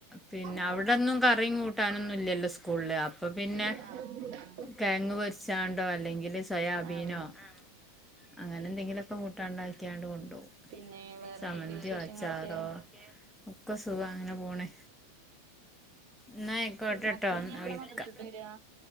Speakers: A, in the centre; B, on the right (about 45°).
A: പിന്നെഅവിടൊന്നും
B: ആ
A: കറിംകൂട്ടാനൊന്നും ഇല്ലല്ലോ സ്കൂൾല് അപ്പൊ പിന്നെ
B: ആഹ്
A: കെഴങ്ങ്പൊരിച്ചാണ്ടോ അല്ലെങ്കില്സൊയാബീനോ
B: ആഹ്
A: അഹ് അങ്ങനെഎന്തെങ്കിലൊക്കെ കൂട്ടാണ്ടാക്കിയാണ്ട് കൊണ്ടൊവും
B: പിന്നെ വേറെന്തൊക്കെയ
A: ചമ്മന്തിയൊ
B: വിശേഷങ്ങളൊക്കെ
A: ച്ചാറോ ഒക്കെസുഖാഅങ്ങനെ പോണ്. ഇന്ന അയ്കൊട്ടെട്ടോ
B: മക്കളിനി
A: ന്ന
B: എപ്പളാ
A: വിളിക്ക
B: മദ്രസ വിട്ട് വരാ